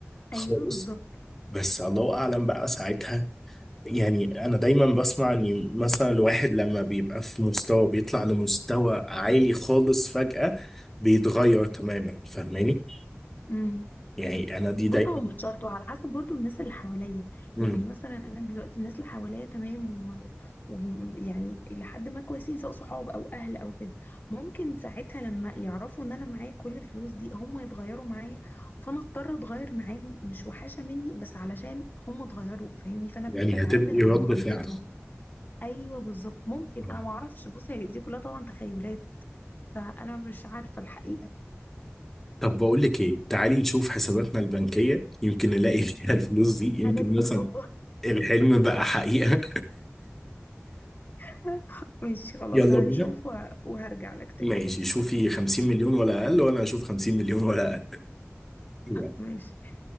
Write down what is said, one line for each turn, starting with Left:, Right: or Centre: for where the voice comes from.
Centre: خالص
Left: ايوه بالظبط
Centre: بس الله اعلم بقى ساعتها يعني انا دايما بسمع ان مثلا الواحد لما بيبقى في مستوى بيطلع لمستوى عالي خالص فجأة بيتغير تماما فاهماني
Left: امم
Centre: يعني انا دي دايما
Left: بص هو مش شرط وعلى حسب برضو الناس اللي حواليا
Centre: مم.
Left: يعني مثلا انا دلوقتي الناس اللي حواليا تمام و... و... يعني لحد ما كويسين سواء صحاب او اهل او كده ممكن ساعتها لما يعرفوا ان انا معايا كل الفلوس دي هم يتغيروا معايا فانا اضطر اتغير معاهم مش وحشة مني بس علشان هم اتغيروا فاهمني فانا
Centre: يعني
Left: بقيت اتعامل
Centre: هتبقي
Left: على
Centre: رد
Left: معاملتهم
Centre: فعل
Left: ايوه بالظبط ممكن
Centre: آه.
Left: انا ما اعرفش بص هي دي كلها طبعا تخيلات فانا مش عارفة الحقيقة
Centre: طب بقول لك ايه تعالي نشوف حساباتنا البنكية يمكن نلاقي <laughs> فيها الفلوس دي يمكن
Left: هنضحك
Centre: مثلا
Left: والله
Centre: الحلم بقى حقيقة
Left: <laughs> ماشي خلاص
Centre: <laughs> يلا
Left: هنشوف
Centre: بينا
Left: و- وهرجع لك تاني
Centre: ماشي شوفي 50 مليون ولا اقل وانا اشوف 50 مليون ولا اقل
Left: ماشي